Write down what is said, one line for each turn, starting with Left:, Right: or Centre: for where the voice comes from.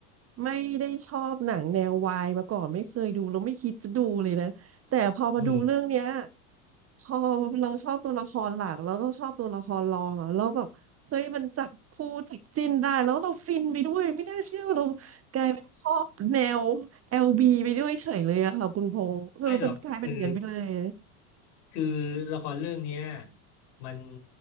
Right: ไม่ได้ชอบหนังแนววายมาก่อนไม่เคยดูแล้วไม่คิดจะดูเลยนะแต่พอมาดูเรื่องเนี้ย
Left: อืม
Right: พอเราชอบตัวละครหลักแล้วก็ชอบตัวละครรองอ่ะแล้วแบบเฮ้ยมันจับคู่จับจิ้นได้แล้วเราฟินไปด้วยไม่น่าเชื่อว่าเรากลายเป็นชอบแนว LB ไปด้วยเฉยเลยอะค่ะคุณพงษ์เออมันกลายเป็นเงินไปเลย
Left: ไม่หรอกคือ คือละครเรื่องเนี้ยมัน